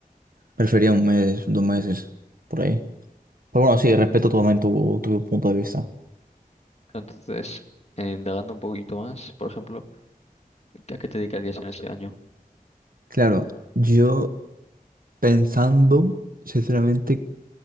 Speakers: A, on the right (about 65°); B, on the left (about 45°).
A: Prefería un mes, dos meses, por ahí. Pero bueno, sí, respeto totalmente tu, tu punto de vista.
B: Entonces, eh, indagando un poquito más, por ejemplo, ¿a qué te dedicarías en ese año?
A: Claro, yo pensando, sinceramente,